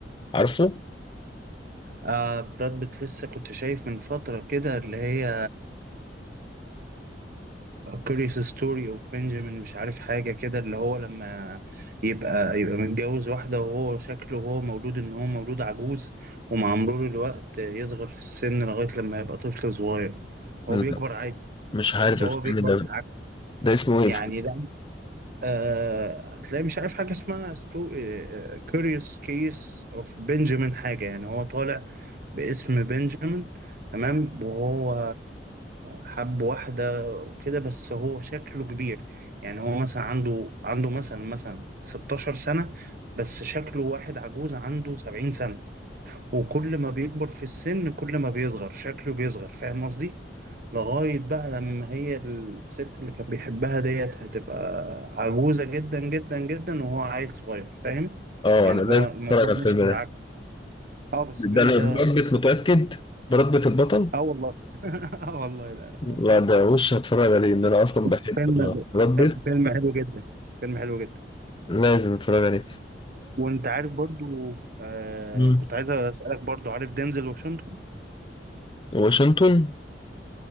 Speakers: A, on the left (about 30°); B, on the right (about 55°).
A: عارفه
B: آه براد بيت لسه كنت شايف من فترة كده اللي هي كوريوس ستوري اوف بنجامين مش عارف حاجة كده اللي هو لما يبقى يبقى متجوز واحدة وهو شكله هو مولود ان هو مولود عجوز ومع مرور الوقت يصغر في السن لغاية لما يبقى طفل صغير
A: لا
B: هو بيكبر عادي
A: مش عارف
B: بس هو
A: الفيلم
B: بيكبر
A: ده
B: بالعكس
A: ده اسمه ايه
B: يعني
A: الفيلم
B: لا آه هتلاقي مش عارف حاجة اسمها ستو كوريوس كيس اوف بنجامين حاجة يعني هو طالع باسم بنجامين تمام وهو حب واحدة وكده بس هو شكله كبير يعني هو مثلا عنده عنده مثلا مثلا 16 سنة بس شكله واحد عجوز عنده 70 سنة وكل ما بيكبر في السن كل ما بيصغر شكله بيصغر فاهم قصدي لغاية بقى لما هي الست اللي كان بيحبها ديت هتبقى عجوزة جدا جدا جدا وهو عيل صغير فاهم
A: اه
B: يعني
A: انا لازم
B: هو الموضوع
A: اتفرج على الفيلم
B: ماشي
A: ده
B: بالعكس اه بس
A: ده
B: الفيلم
A: أنا
B: ده
A: براد بيت
B: قصته
A: متأكد براد بيت البطل
B: اه والله <laughs> اه والله لا لا
A: لا
B: أنا متأكد
A: ده وش هتفرج عليه ان انا اصلا
B: بس
A: بحب
B: فيلم
A: براد بيت
B: فيلم حلو جدا فيلم حلو جدا
A: لازم اتفرج عليه
B: وانت عارف برضو آه
A: مم.
B: كنت عايز اسألك برضو عارف دينزل واشنطن
A: واشنطن